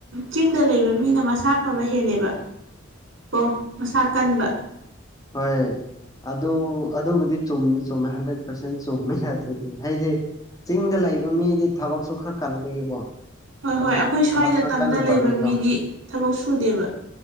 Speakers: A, on the right (about 80°); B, on the left (about 20°).
A: ꯆꯤꯡꯗ ꯂꯩꯕ ꯃꯤꯅ ꯃꯁꯥ ꯐꯕ ꯍꯦꯜꯂꯦꯕ ꯑꯣ ꯃꯁꯥ ꯀꯟꯕ
B: ꯍꯣꯏ ꯑꯗꯨ ꯑꯗꯨꯕꯨꯗꯤ ꯆꯨꯝꯅꯤ ꯆꯨꯝꯃꯦ ꯍꯟꯗ꯭ꯔꯦꯠ ꯄꯥꯔꯁꯦꯟ ꯆꯨꯝꯃꯦ ꯑꯗꯨꯗꯤ ꯍꯥꯏꯗꯤ ꯆꯤꯡꯗ ꯂꯩꯕ ꯃꯤꯗꯤ ꯊꯕꯛꯁꯨ ꯈꯔ ꯀꯟꯕꯒꯤꯀꯣ
A: ꯍꯣꯏ
B: ꯊꯕꯛ
A: ꯍꯣꯏ ꯑꯩꯈꯣꯏ ꯁ꯭ꯋꯥꯏꯗ
B: ꯊꯕꯛ ꯈꯔ
A: ꯇꯝꯗ
B: ꯀꯟꯅ
A: ꯂꯩꯕ
B: ꯇꯧꯕꯒꯤꯀꯣ
A: ꯃꯤꯗꯤ ꯊꯕꯛ ꯁꯨꯗꯦꯕ